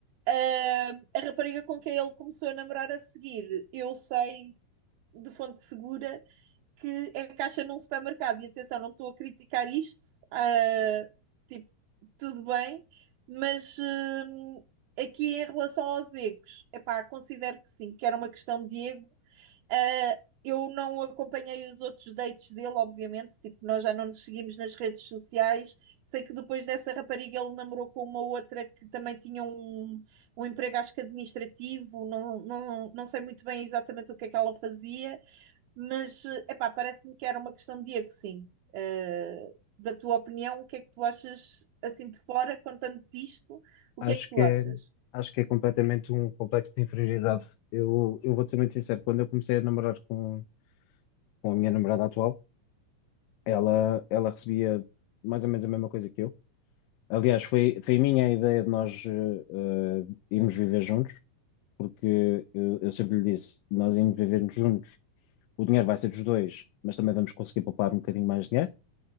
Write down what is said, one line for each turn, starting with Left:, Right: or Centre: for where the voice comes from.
Right: Uh, a rapariga com quem ele começou a namorar a seguir, eu sei de fonte segura que é caixa num supermercado. E atenção, não estou a criticar isto, ah, tipo, tudo bem, mas hum, aqui em relação aos egos, epá, considero que sim, que era uma questão de ego. Ah, eu não acompanhei os outros dates dele, obviamente, tipo, nós já não nos seguimos nas redes sociais. Sei que depois dessa rapariga ele namorou com uma outra que também tinha um, um emprego, acho que administrativo, não, não, não sei muito bem exatamente o que é que ela fazia. Mas, eh, epá, parece-me que era uma questão de ego, sim. Eh, da tua opinião, o que é que tu achas assim de fora, contando disto, o
Left: Acho
Right: que é que tu
Left: que é,
Right: achas?
Left: acho que é completamente um complexo de inferioridade. Eu, eu vou-te ser muito sincero, quando eu comecei a namorar com, com a minha namorada atual, ela, ela recebia mais ou menos a mesma coisa que eu. Aliás, foi, foi a minha ideia de nós eh, eh, irmos viver juntos, porque eu, eu sempre lhe disse, nós irmos viver juntos, o dinheiro vai ser dos dois, mas também vamos conseguir poupar um bocadinho mais de dinheiro.